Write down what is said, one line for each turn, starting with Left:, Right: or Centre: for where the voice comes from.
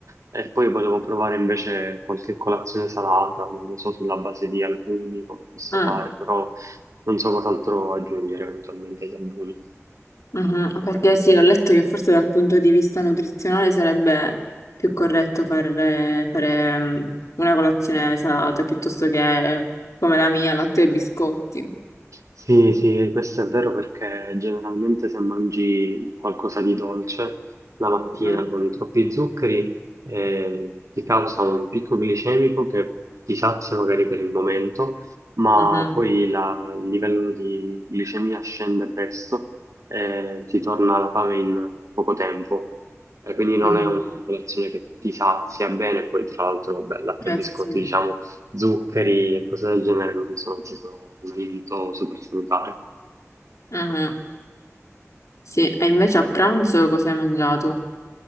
Right: E poi volevo provare invece qualche colazione salata, non lo so, sulla base di albumi, come ho visto
Left: mm,
Right: fare, però non so cos'altro aggiungere eventualmente agli albumi.
Left: mhm. Perché sì, ho letto che forse dal punto di vista nutrizionale sarebbe più corretto fare, fare mm, una colazione salata piuttosto che come la mia, latte e biscotti.
Right: Sì, sì, questo è vero perché generalmente se mangi qualcosa di dolce la mattina
Left: Mm,
Right: con troppi zuccheri eh, ti causa un picco glicemico che ti sazia magari per il momento, ma
Left: mhm.
Right: poi la- il livello di glicemia scende presto e ti torna la fame in poco tempo. E quindi non
Left: Mhm.
Right: è una colazione che ti sazia bene, poi tra l'altro, vabbè, latte
Left: Eh
Right: e biscotti
Left: sì.
Right: diciamo zuccheri e cose del genere non sono proprio un alimento super salutare.
Left: Mhm. Sì, e invece a pranzo cosa hai mangiato?